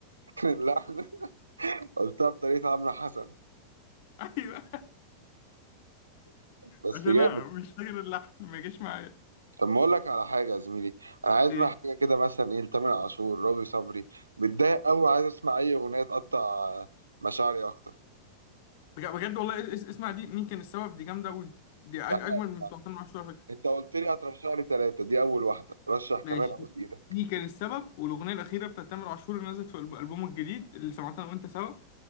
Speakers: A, on the right; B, on the left.
A: <laughs> كان اللحن قلتها بطريقه عمرو حسن
B: <laughs> أيوه
A: بس
B: عشان
A: جامد
B: أنا مش فاكر اللحن ما جاش معايا
A: طب ما اقول لك على حاجه يا زميلي انا عايز
B: إيه
A: بقى حاجه كده مثلا ايه لتامر عاشور رامي صبري متضايق قوي عايز اسمع اي اغنيه تقطع مشاعري اكتر
B: بج- بجد والله اس- اسمع دي مين كان السبب دي جامدة أوي دي أج- أجمل
A: يا عم اسمع
B: من بتوع تامر عاشور على فكرة
A: انت قلت لي هترشح لي ثلاثه دي اول واحده رشح
B: ماشي
A: كمان ابوس ايدك
B: دي كان السبب والأغنية الأخيرة بتاعت تامر عاشور اللي نزلت في الب- ألبومه الجديد اللي سمعتها أنا وأنت سوا